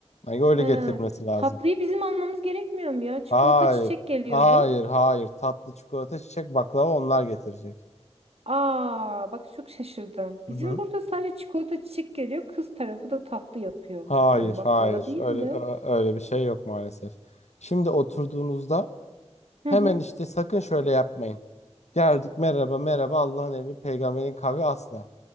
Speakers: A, on the left (about 75°); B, on the right (about 60°).
A: Yani öyle
B: He.
A: getirmesi lazım.
B: Tatlıyı bizim almamız gerekmiyor mu ya? Çikolata
A: Hayır.
B: çiçek geliyordu.
A: Hayır, hayır. Tatlı çikolata, çiçek, baklava onlar getirecek.
B: Aa, bak çok şaşırdım.
A: Hı
B: Bizim
A: hı.
B: burada sadece çikolata çiçek geliyor. Kız tarafı da tatlı yapıyor.
A: Hayır,
B: Yani baklava
A: hayır.
B: değil
A: Öyle
B: de.
A: ö- öyle bir şey yok maalesef. Şimdi oturduğunuzda
B: Hı
A: hemen
B: hı.
A: işte sakın şöyle yapmayın. Geldik merhaba merhaba Allah'ın emri peygamberin kavli asla.